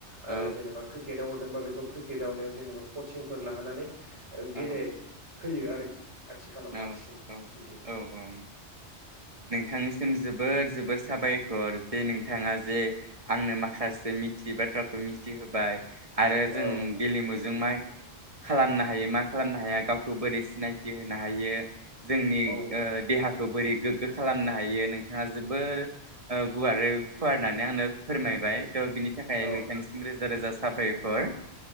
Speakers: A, on the right; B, on the right.
A: आरो
B: औ
A: जेनेबा हरदोंबा बेखौ क्रिकेटआवनो जेनेबा कचिंफोर लाहोनानै
B: औ
A: गेले होयो आरोखि आथिखालाव
B: औ
A: बांसिन
B: औ
A: बिदि
B: औ औ नोंथांनिसिम जोबोद जोबोर साबायखर जे नोंथाङा जे आंनो माखासे मिथियै बाथ्राखौ मिथिहोबाय आरो जों
A: औ
B: गेलेमु जों मा खालामनो हायो मा खालामनो हाया गावखौ बोरै सिनायथि होनो हायो जोंनि
A: औ
B: देहाखौ खौ बोरै गोग्गो खालामनो हायो नोंथाङा जोबोर गुवारै फुवार होननानै आंनो फोरमायबाय थ' बिनि थाखाय
A: औ
B: नोंथांनिसिम रोजा रोजा साबायखर